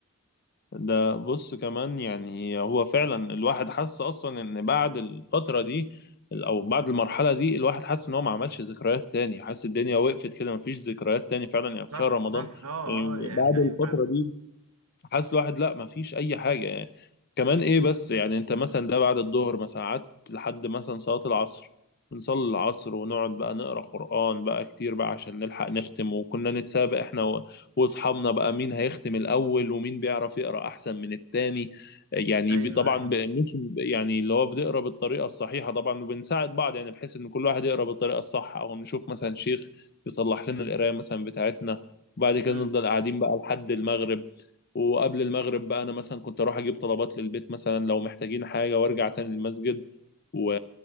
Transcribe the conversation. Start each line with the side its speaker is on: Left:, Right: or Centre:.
Left: ده بص كمان يعني هو فعلا الواحد حس اصلا ان بعد الفتره دي او بعد المرحله دي الواحد حس ان هو ما عملش ذكريات تاني حس الدنيا وقفت كده ما فيش ذكريات تاني فعلا يعني
Right: صح
Left: في شهر رمضان
Right: صح اه
Left: يعني
Right: اه يعني
Left: بعد الفتره
Right: ايوه فعلا
Left: دي حاسس الواحد لا ما فيش اي حاجه يعني كمان ايه بس يعني انت مثلا ده بعد الظهر مثلا قعدت لحد مثلا صلاه العصر بنصلي العصر ونقعد بقى نقرا قران بقى كتير بقى عشان نلحق نختم وكنا نتسابق احنا و- واصحابنا بقى مين هيختم الاول ومين بيعرف يقرا احسن من التاني يعني
Right: ايوه
Left: ب- طبعا
Right: ايوه
Left: ب- مش يعني اللي هو بنقرا بالطريقه الصحيحه طبعا وبنساعد بعض يعني بحيث ان كل واحد يقرا بالطريقه الصح او نشوف مثلا شيخ يصلح لنا القرايه مثلا بتاعتنا وبعد كده
Right: إمم.
Left: نفضل قاعدين بقى لحد المغرب وقبل المغرب بقى انا مثلا كنت اروح اجيب طلبات للبيت مثلا لو محتاجين حاجه وارجع تاني المسجد و...